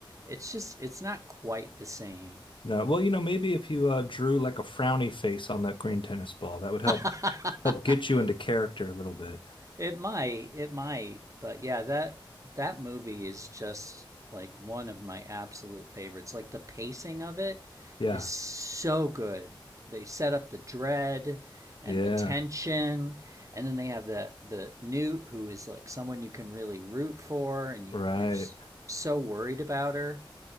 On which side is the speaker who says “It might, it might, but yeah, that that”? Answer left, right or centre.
Right